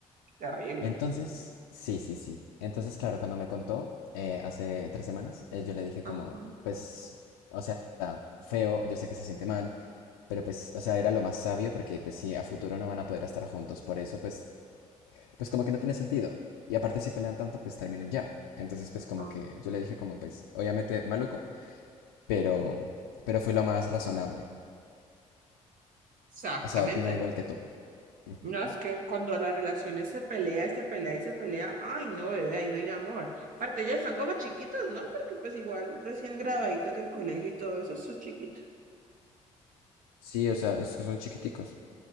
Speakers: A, on the right; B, on the left.
A: terrible.
B: Entonces, sí, sí, sí. Entonces, claro, cuando me contó eh, hace tres semanas, eh, yo le dije como,
A: Ajá.
B: pues, o sea, feo, yo sé que se siente mal, pero pues, o sea, era lo más sabio porque pues sí, a futuro no van a poder estar juntos, por eso pues pues como que no tiene sentido. Y aparte si pelean tanto, pues terminen ya. Entonces pues como
A: ah,
B: que yo le dije como pues obviamente maluco, pero, pero fue lo más razonable.
A: Exactamente.
B: O sea, opino igual que tú. Ujú.
A: No, es que cuando las relaciones se pelea y se pelea y se pelea, ay, no, bebé, ahí no hay amor. Aparte, ellos están como chiquitos, ¿no? Porque pues igual recién graduaditos del colegio y todo eso, eso es chiquito.
B: Sí, o sea, es que son chiquiticos.